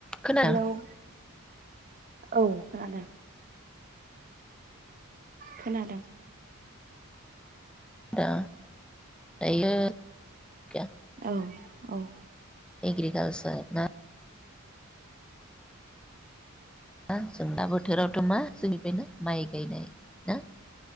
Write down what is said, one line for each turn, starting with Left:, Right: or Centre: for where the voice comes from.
Centre: खोनादों
Right: हेल औ खोनादों। खोनादों।
Centre: दा। दायो <unintelligible> <unintelligible>
Right: औ औ।
Centre: एग्रिकालचार ना मा जोंना बोथोरावथ मा जोंनिफ्रायनो माइ गायनाय ना।